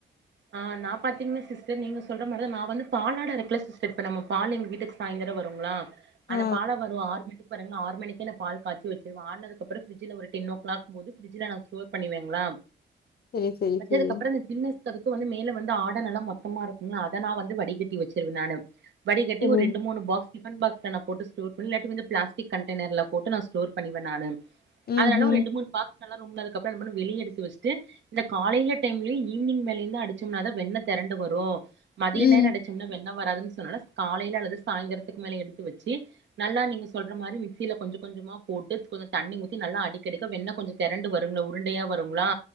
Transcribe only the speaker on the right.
ஆ நா பாத்தீங்கனா சிஸ்டர் நீங்க சொல்ற மாரிதா நா வந்து பாலாட இருக்குல சிஸ்டர் இப்ப நம்ம பால் எங்க வீட்டுக்கு சாயந்தரம் வருங்களா அந்த
பால வரும் ஆறு மணிக்கு பாருங்க ஆறு மணிக்கு நா பால் காச்சி வச்சிருவே ஆருனதுக்கப்புறோ ஃப்ரிட்ஜ்ல ஒரு டென்னோக்ளாக் போது ஃப்ரிட்ஜ்ல நா ஸ்டோர் பண்ணுவேங்களா
வச்சதுக்கப்புறோ
அந்த கின்னஸ் அப்போதிக்கு வந்து மேல வந்து ஆட நல்லா மொத்தமா இருக்கும்ல அத நா வந்து வடிகட்டி வச்சிருவே நானு வடிகட்டி
ஒரு ரெண்டு மூணு பாக்ஸ் டிஃபன் பாக்ஸ்ல நா போட்டு ஸ்டோர் பண் இல்லாட்டி வந்து பிளாஸ்டிக் கண்டேனர்ல போட்டு நா ஸ்டோர் பண்ணிருவே நானு
அத நல்லா
ஒரு ரெண்டு மூணு பாக்ஸ் <unintelligible> அப்ரோ வெளிய எடுத்து வச்சுட்டு இந்த காலைல டைம்லயு ஈவ் னிங் மேல அடிச்சோம்னாதா வெண்ண தெரண்டு வரும் மதிய
நேரோ அடிச்சோம்னா வெண் ண்ண வராதுன் சொல்லல காலைல அல்லது சாயந்தரத்துக்கு மேல எடுத்து வச்சு நல்லா நீங்க சொல்ற மாரி மிக்சில கொஞ்சோ கொஞ்சமா போட்டு கொஞ்சோ தண்ணி ஊத்தி நல்லா அடிக்கடிக்க வெண்ண கொஞ்சோ தெரண்டு வருங்ளா உருண்டையா வருங்ளா